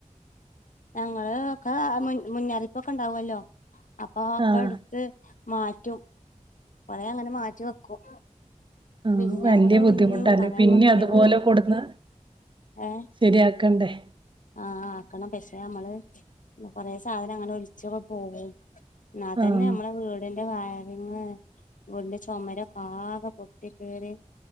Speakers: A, on the left (about 70°); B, on the right (about 40°).
A: ഞങ്ങള് ഒക്കെ മുൻ മുന്നറിപ്പൊക്കെ ണ്ടാവല്ലോ അപ്പൊ ഒക്കെ
B: ആഹ്
A: ട്ത്ത് മാറ്റും കൊറേ അങ്ങനെ മാറ്റി വെക്കും
B: ആ
A: പിന്നെ
B: വല്യ
A: നമ്മള്
B: ബുദ്ധിമുട്ടാല്ലേ
A: ഉം പറയാ
B: പിന്നി
A: പിന്നെ
B: അതുപോലെ
A: വീട്
B: കൊട്ന്ന്
A: ഏ
B: ശരിയാക്കണ്ടേ
A: ആ ആക്കണം പക്ഷെ അമ്മള് കൊറെ സാധനം അങ്ങനെ ഒലിച്ചൊക്കെ പോവും ന്നാതന്നെ
B: ആഹ്
A: നമ്മളെ വീട് ടിന്റെ വയറിങ് വീടിന്റെ ചൊമരൊക്ക ആകെ പൊട്ടി കീറി